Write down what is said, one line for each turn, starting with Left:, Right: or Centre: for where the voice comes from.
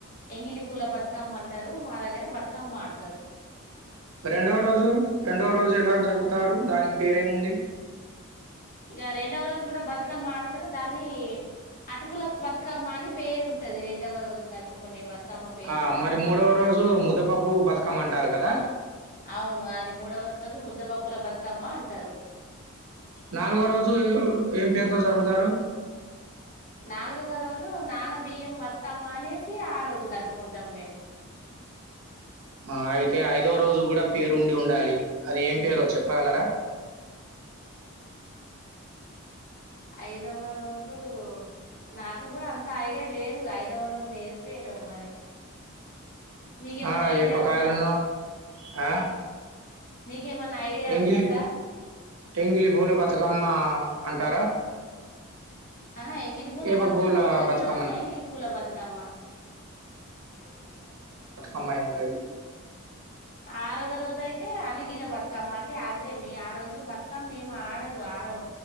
Left: ఎంగిలి పూల బతుకమ్మ అంటారు మా దగ్గర బతుకమ్మ ఆడతారు.
Right: రెండో రోజు రెండో రోజు ఎలా జరుపుతారు దానికి పేరేముంది.
Left: ఇక రెండవ రోజు కూడా బతుకమ్మ ఆడతారు దాన్ని అటుకుల బతుకమ్మ అని పేరు ఉంటది రెండవ రోజు జరుపుకునే బతుకమ్మ పేరు
Right: ఆ
Left: అటుకుల
Right: మరి మూడవ
Left: బతుకమ్మ
Right: రోజు ముద్దపప్పు బతుకమ్మ అంటారు కదా
Left: అవును అది మూడవ రోజు ముద్దబప్పుల బతుక బతుకమ్మ అంటారు.
Right: నాలుగో రోజు ఏం పేరుతో జరుపుతారు.
Left: నాలుగవ రోజు నానబియ్యం బతుకమ్మ అనేసి ఆ రోజు జరుపుకుంటాం మేము.
Right: ఆ అయితే ఐదో రోజు కూడా పేరు ఉండి ఉండాలి అది ఏం పేరో చెప్పగలరా.
Left: ఐదవ రోజు నాకు కూడా అంత ఐడియా లేదు. ఐదవ రోజు ఏం పేరో మరి మీకేమన్నా
Right: ఆ
Left: ఐడియా
Right: ఏప కాయలున్ను
Left: ఉందా
Right: ఆ
Left: మీకేమన్నా ఐడియా
Right: ఎంగిలి
Left: ఉందా సార్
Right: ఎంగిలి పూల బతకమ్మా. అంటారా.
Left: ఆహా ఎంగలి పూలే
Right: ఏప
Left: బతుకమ్మా
Right: పూల
Left: మొదటి
Right: బతుకమ్మనా?
Left: రోజే ఎంగిలి పూలే బతుకమ్మా.
Right: అమ్మాయి ఉంటది.
Left: ఆరవ రోజు అయితే అలిగిన బతుకమ్మ అంటే అర్రేమి ఆ రోజు బతుకమ్మ మేమి ఆడరు. ఆరవ